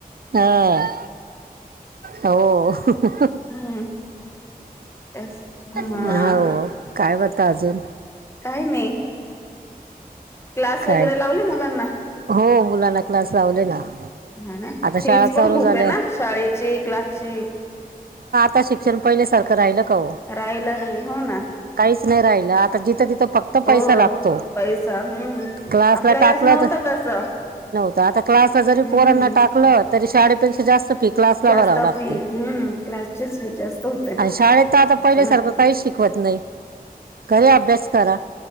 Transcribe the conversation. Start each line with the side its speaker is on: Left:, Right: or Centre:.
Right: हां हो हम्
Left: हम्म तेच हा
Right: हो काय ब ताजल
Left: काही नाही. क्लास
Right: काय
Left: वगैरे लावले मुलांना?
Right: हो मुलांना क्लास लावले ना.
Left: हां ना
Right: आता शाळा
Left: फीज
Right: चालू
Left: पण खूप
Right: झाल्या
Left: आहे ना, शाळेची, क्लासची.
Right: ता शिक्षण पहिले सारख राहिलं होय
Left: राहायला नाही हो ना
Right: काहीच नाही राहिलं आता जिथं तिथं फक्त पैसा
Left: हो
Right: लागतो
Left: पैसा हम्म
Right: क्लासला
Left: आपल्या
Right: टाकलं
Left: वेळेस नव्हतं
Right: तर
Left: तस
Right: <unintelligible> <inaudible> क्लासला जरी
Left: हम्म
Right: पोरांना टाकलं तरी शाळेपेक्षा जास्त फि क्लासला
Left: जास्त
Right: भराव लागते,
Left: फी हम्म क्लासचीच फी जास्त होते
Right: आणि शाळेत आता
Left: त्याच
Right: पहिल्या
Left: ना
Right: सारखं काहीच शिकवत नाही. घरी अभ्यास करा.